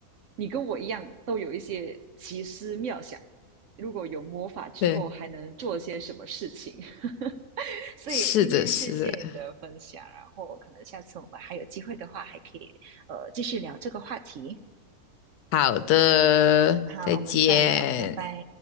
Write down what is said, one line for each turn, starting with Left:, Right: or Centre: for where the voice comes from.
Right: 你跟我一样都有一些奇思妙想，如果有魔法之后还能做些什么事情？
Left: 对，
Right: <laughs> 所以今天谢谢你的分享，
Left: 是的，是的。
Right: 然后可能下次我们还有机会的话，还可以呃继续聊这个话题。
Left: 好的，
Right: 好，
Left: 再见。
Right: 我们再聊，拜拜。